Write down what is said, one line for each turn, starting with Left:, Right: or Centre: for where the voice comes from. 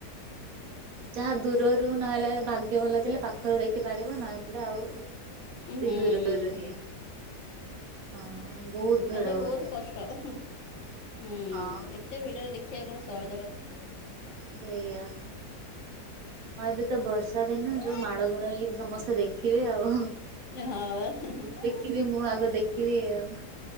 Right: ଯାହା ଦୂରରୁ ନହେଲେ ଭାଗ୍ୟ ଭଲ ଥିଲେ ପାଖରୁ ଦେଖିପାରିବ ନହେଲେ ଆଉ
Left: ଉଁ
Right: ସେ
Left: ହୁଁ
Right: ଦୂରରୁହିଁ ହଁ ବହୁତ ଭିଡ
Left: ହେଲେ ବହୁତ୍
Right: ହୁଏ
Left: କଷ୍ଟ ହୁଁ ହୁଁ
Right: ହଁ
Left: ଏତେ ଭିଡ଼ରେ ଦେଖିବା କଣ ସହଜ କଥା।
Right: ସେଇଆ। ହଁ ଏବେତ ବର୍ଷା ଦିନ
Left: ହଁ
Right: ଯୋଉ ମାଡ଼ ଗୋଳ ହେଇ ସମସ୍ତେ ଦେଖିବେ ଆଉ।
Left: ହଁ ବା ହୁଁ ହୁଁ।
Right: ଯିବି ମୁଁ ଆଗ ଦେଖିବି ଆଉ।